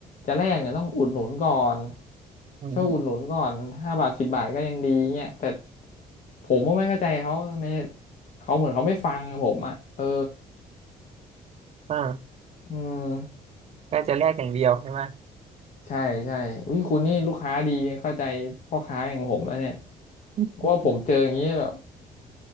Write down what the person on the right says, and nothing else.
อืม
อ่า
ก็จะแลกอย่างเดียวใช่ไหม
อืม